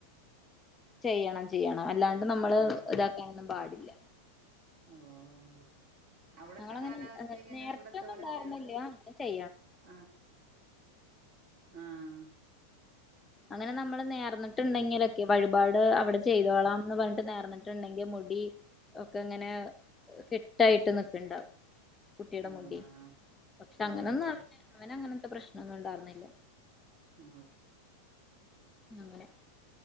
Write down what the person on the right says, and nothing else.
ആഹ്
ഓഹ് അവിടത്തെ
കാലാവസ്ഥയൊക്കെ
എങ്ങനെ ഇവിടത്തെ പോലത്തെയാണോ
ആഹ് ആഹ്
ആഹ്
ഓഹ്
ആ